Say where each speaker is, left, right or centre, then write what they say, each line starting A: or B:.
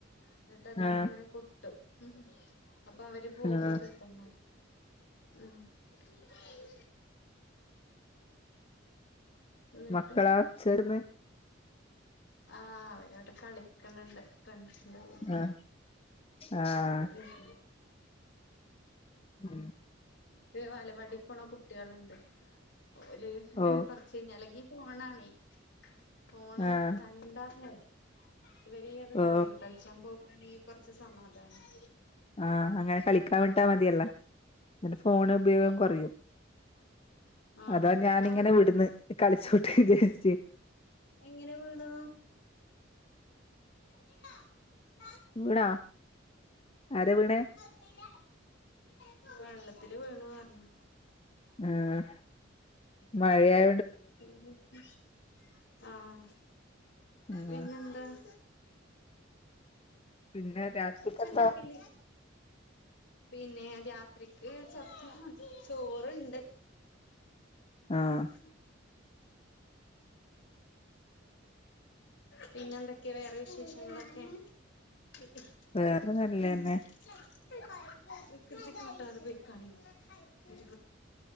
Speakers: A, on the left; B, on the left.
A: എന്നിട്ട് അതി ഇങ്ങനെ
B: ആഹ്
A: കൊട്ടും ഉ <unintelligible> അപ്പൊ അവര് പോക
B: ആഹ്
A: ത <unintelligible> ത്തന്മാര് ഉ <unintelligible> എന്നിട്ട്
B: മക്കളാ <unintelligible>
A: ആ അവരവിട കളിക്കണണ്ട് ഫ്രണ്ട്സിന്റെ കൂടെ
B: ആഹ് ആഹ്
A: <inaudible>
B: ഉം
A: <unintelligible> വാ ലവാടി ക്ക് പോണ കുട്ടികളുണ്ട് ഓല്
B: ഓ
A: കൊറ <unintelligible> ചേഞ്ഞലങ്കി <unintelligible> ഫോണാണേ ഫോണ്
B: ആഹ്
A: കണ്ടാ പോ ഇവര് അത്
B: ഓ
A: കാണ <unintelligible> കളിച്ചാൻ പോകയാണെങ്കിൽ കൊറച്ച് സമാധാനം
B: ആഹ് അങ്ങനെ കളിക്കാൻ വിട്ടാൽ മതിയല്ല എന്നിട്ട് ഫോണ് ഉപയോഗം കുറയും
A: ആഹ്
B: അതാ ഞാനിങ്ങനെ
A: ആഹ്
B: വിടുന്ന് കളിച്ചോട്ട് വിചായിച്ച്
A: എങ്ങനെ വേണോ <inaudible>
B: വീണാ ആരെ വീണെ
A: <unintelligible> വെള്ളത്തില് വീണു പറഞ്ഞു
B: ഉം മഴയായ
A: <unintelligible> ആഹ്
B: ഉം
A: പിന്നെന്താ <inaudible>
B: പിന്നെ രാത്രിക്കെന്താ
A: ഒച്ചണ്ടാക്കല്ലേ പിന്നെ രാത്രിക്ക് ചപ്പ ചോറുണ്ട്
B: ആഹ്
A: <inaudible> പിന്നെന്തൊക്കെയാ വേറെ വിശേഷങ്ങളൊക്കെ <unintelligible>
B: വേറെ നല്ലന്നെ
A: <inaudible> <unintelligible>